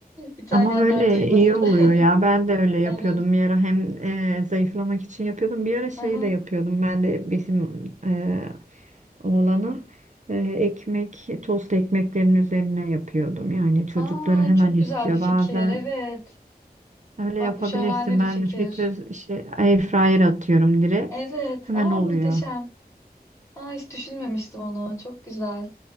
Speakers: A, on the left; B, on the right.
A: İtalyanlar
B: Ama öyle
A: duymasın.
B: iyi oluyor
A: <laughs>
B: ya. Ben de öyle yapıyordum
A: Evet.
B: bir ara hem e, zayıflamak için yapıyordum. Bir ara şey
A: Aha.
B: de yapıyordum. Ben de bizim e, oğlana e, ekmek, tost ekmeklerin üzerine yapıyordum. Yani çocukları
A: Aa,
B: hemen
A: çok
B: istiyor
A: güzel bir fikir.
B: bazen.
A: Evet.
B: Öyle
A: Bak
B: yapabilirsin.
A: bu şahane bir
B: Ben
A: fikir.
B: fritöz şey, air fryer atıyorum direkt.
A: Evet.
B: Hemen
A: Aa
B: oluyor.
A: muhteşem. Aa hiç düşünmemiştim onu. Çok güzel.